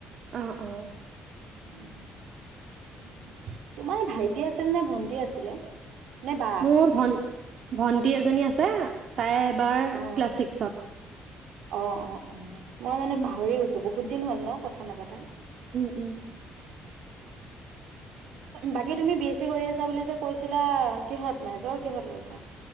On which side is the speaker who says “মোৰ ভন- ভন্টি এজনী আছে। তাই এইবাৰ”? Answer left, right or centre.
Right